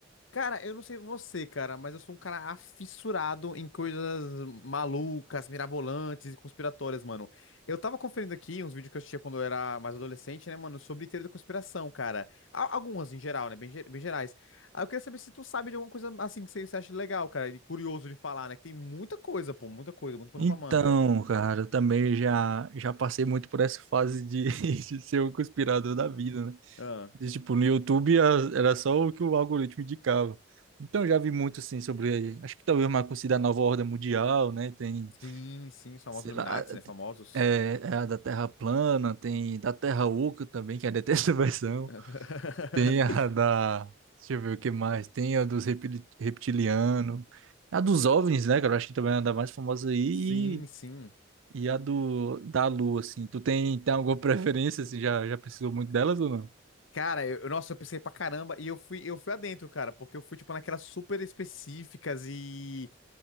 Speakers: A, on the left; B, on the right.
A: Cara, eu não sei você, cara, mas eu sou um cara afissurado em coisas malucas, mirabolantes e conspiratórias, mano. Eu tava conferindo aqui uns vídeos que eu assistia quando eu era mais adolescente, né, mano, sobre teoria da conspiração, cara. Al- Algumas em geral, né, bem, ge- bem gerais. Aí eu queria saber se tu sabe de alguma coisa assim que você você acha legal, cara, e curioso de falar, né, que tem muita coisa, pô, muita coisa, muito pano
B: Então,
A: pra manga.
B: cara, eu também já, já passei muito por essa fase de, <laughs> de ser o conspirador da vida, né?
A: Ah,
B: De, tipo, no YouTube a- era só o que o algoritmo indicava. Então, eu já vi muito, assim, sobre, acho que talvez uma coisa da nova ordem mundial, né? Tem,
A: sim, sim, os famosos
B: sei
A: Illuminati,
B: lá,
A: né, famosos.
B: é, é a da Terra plana, tem da Terra oca também, que é a <laughs> dessa versão.
A: <laughs>
B: Tem a da. Deixa eu ver o que mais. Tem a dos repili- reptilianos. A dos OVNIs, né, cara? Eu acho que também é a da mais famosa aí.
A: Sim, sim.
B: E, e a do, da Lua, assim. Tu tem, tem alguma preferência, assim? Já, já precisou muito delas ou não?
A: Cara, eu, eu- nossa, eu pensei pra caramba e eu fui, eu fui adentro, cara, porque eu fui, tipo, naquelas super específicas e,